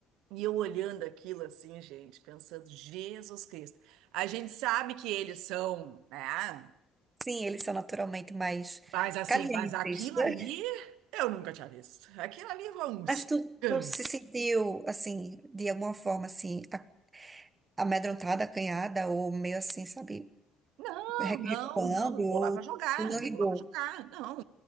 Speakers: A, on the right; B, on the right.
A: e eu olhando aquilo assim, gente, pensando, Jesus Cristo. A gente sabe que eles são, né?
B: Sim, eles são naturalmente mais
A: Mas assim,
B: calientes,
A: mas aquilo
B: né?
A: ali eu nunca tinha visto. Aquilo ali foi um escândalo.
B: Mas tu, tu se sentiu, assim, de alguma forma, assim, a- amedrontada, acanhada, ou meio assim, sabe,
A: Não,
B: re-
A: não,
B: recuando,
A: não, eu
B: ou
A: vou lá para jogar,
B: tu não ligou.
A: eu vou lá para jogar. Não,